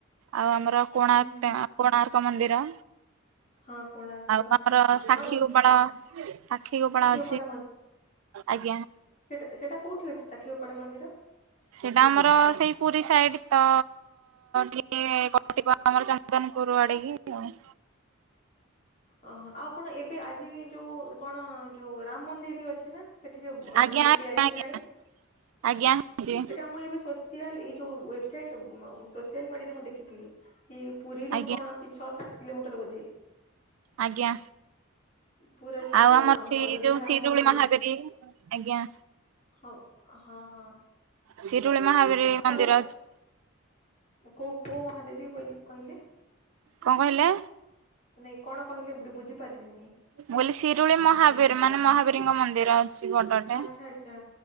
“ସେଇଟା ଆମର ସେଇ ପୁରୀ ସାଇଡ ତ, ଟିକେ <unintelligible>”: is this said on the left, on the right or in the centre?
Right